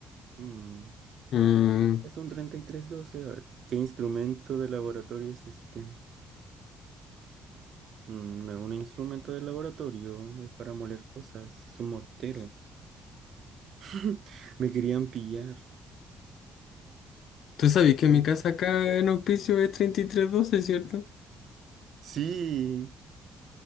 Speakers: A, on the right (about 65°); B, on the left (about 70°).
A: Mm,
B: Mm,
A: Es un treinta y tres doce A ver, ¿qué instrumento de laboratorio es este? Mm, No es un instrumento de laboratorio, es para moler cosas, es un mortero. <laughs> Me querían pillar.
B: Tú sabes
A: Ujú.
B: que mi casa acá en Hospicio es treinta y tres doce ¿cierto?
A: Sí,